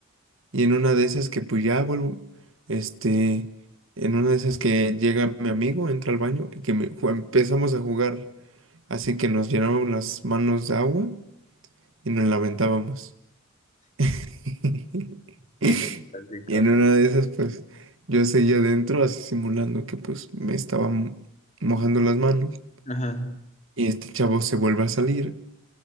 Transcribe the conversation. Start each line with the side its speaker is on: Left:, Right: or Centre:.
Right: Y en una de esas que pues ya vuelvo, este, en una de esas que llega mi amigo, entra al baño y que me- ju- empezamos a jugar, así que nos llenamos las manos de agua y nos lamentábamos. <laughs> <laughs>
Left: Qué cosa, qué cosa.
Right: Y en una de esas, pues, yo seguía adentro así simulando que pues me estaba mo- mojando las manos.
Left: Ajá.
Right: Y este chavo se vuelve a salir.